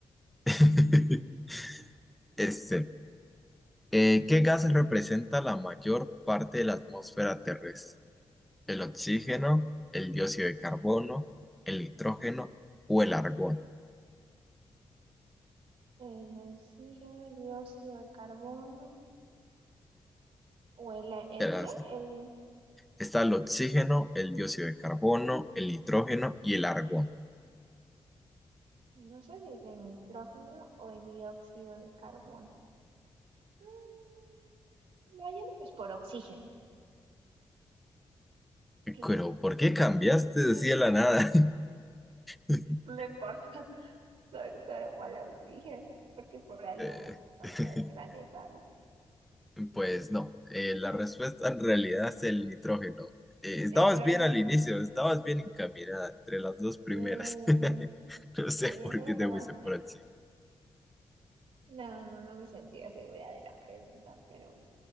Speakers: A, in the centre; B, on the right (about 85°).
A: <laughs> Este. eh, ¿qué gas representa la mayor parte de la atmósfera terrestre? el oxígeno, el dióxido de carbono, el nitrógeno o el argón.
B: El oxígeno, el dióxido de carbono, o el, ¿el
A: Te las-
B: qué? El,
A: Está el oxígeno, el dióxido de carbono, el nitrógeno y el argón.
B: no sé si es el nitrógeno o el dióxido de carbono. Mm, Vayámonos por oxígeno, ¿ok?
A: Pero, ¿por qué cambiaste
B: <laughs>
A: así de la nada? <laughs>
B: No importa, solo, solo por el oxígeno, porque por algo
A: Eh,
B: estamos
A: <laughs>
B: en el planeta, ¿no?
A: Pues no, eh, la respuesta en realidad es el nitrógeno. Eh, estabas
B: Nitrógeno.
A: bien al inicio, estabas bien encaminada entre las dos primeras.
B: Sí,
A: <laughs> No sé
B: Sí,
A: por
B: solo
A: qué te
B: que no,
A: fuiste por así.
B: no, no, no me sentía segura de la pregunta, pero,